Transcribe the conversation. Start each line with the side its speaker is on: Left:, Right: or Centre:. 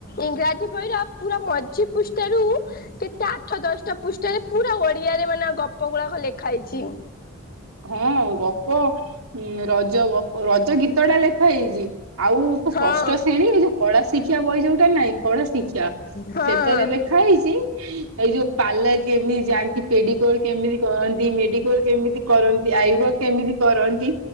Left: ଇଂରାଜୀ ବହିର ପୁରା ମଝି ପୃଷ୍ଠାରୁ କେତେ ଆଠ ଦଶଟା ପୃଷ୍ଠାରେ ପୁରା ଓଡିଆରେ ମାନେ ଗପ ଗୁଳାକ ଲେଖା ହେଇଛି।
Right: ହଁ ଗପ ଉଁ, ରଜ ଗପ, ରଜ ଗୀତ ଟା ଲେଖା ହେଇଚି। ଆଉ ତ
Left: ହଁ
Right: ଷଷ୍ଠ ଶ୍ରେଣୀ ଏ ଯୋଉ କଳା ଶିକ୍ଷା ବହି ଯୋଉଟା ନାଇଁ କଳା ଶିକ୍ଷା।
Left: ହଁ ହଁ।
Right: ସେଟାରେ ଲେଖା ହେଇଚି ଏଇ ଯୋଉ ପାର୍ଲର କେମିତି ଯାଆନ୍ତି, ପେଡିକୋର୍ କେମିତି କରନ୍ତି? ମେଡିକୋର୍ କେମିତି କରନ୍ତି? ଆଇ ବ୍ରୋ କେମିତି କରନ୍ତି?